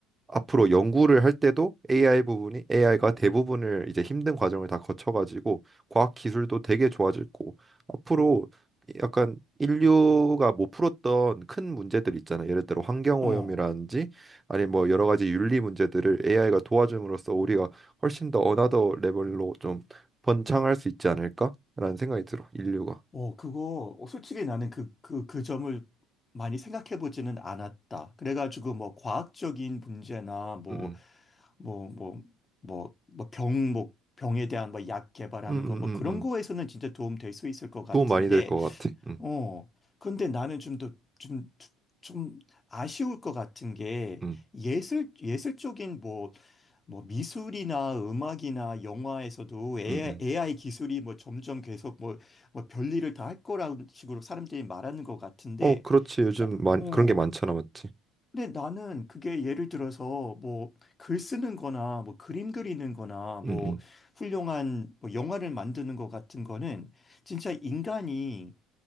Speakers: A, on the right (about 15°); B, on the left (about 25°).
A: 앞으로 연구를 할 때도 AI 부분이 AI가 대부분을 이제 힘든 과정을 다 거쳐가지고 과학 기술도 되게 좋아질 거고 앞으로 약간 인류가 못 풀었던 큰 문제들 있잖아요. 예를 들어 환경오염이라든지
B: 어.
A: 아니 뭐 여러 가지 윤리 문제들을 AI가 도와줌으로써 우리가 훨씬 더 어나더 레벨로 좀 번창할 수 있지 않을까라는 생각이 들어. 인류가.
B: 어, 그거, 어, 솔직히 나는 그, 그, 그 점을 많이 생각해보지는 않았다. 그래가지고, 뭐, 과학적인 문제나, 뭐,
A: 음,
B: 뭐, 뭐, 뭐, 뭐, 병, 뭐, 병에 대한 뭐, 약 개발하는
A: 음, 음,
B: 거,
A: 음,
B: 뭐, 그런
A: 음. 음.
B: 거에서는 진짜 도움 될 수 있을 것 같은데,
A: 도움 많이 될 것 같아. 음,
B: 어, 근데 나는 좀 더, 좀, 좀 아쉬울 것 같은 게,
A: 음,
B: 예술, 예술적인 뭐, 뭐 미술이나 음악이나 영화에서도 AI,
A: 음, 음.
B: 기술이 뭐 점점 계속 뭐, 뭐 별일을 다 할 거라는 식으로 사람들이 말하는 것 같은데,
A: 어, 그렇지. 요즘
B: 나,
A: 많,
B: 어,
A: 그런 게 많잖아, 맞지?
B: 근데 나는 그게 예를 들어서 뭐 글 쓰는 거나 뭐 그림 그리는 거나 뭐
A: 음,
B: 훌륭한 뭐 영화를 만드는 것 같은 거는 진짜 인간이